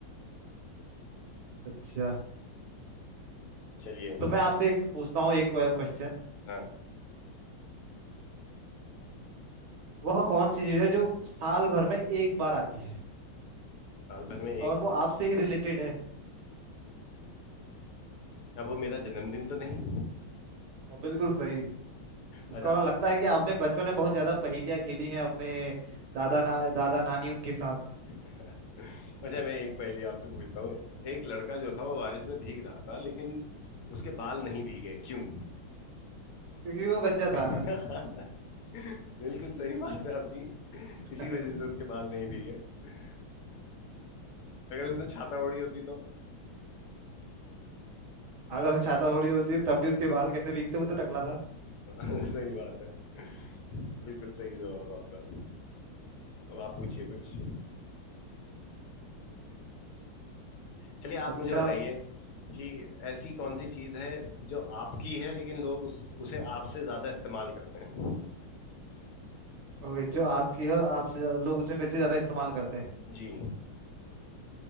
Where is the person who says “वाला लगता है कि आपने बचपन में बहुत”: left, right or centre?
Right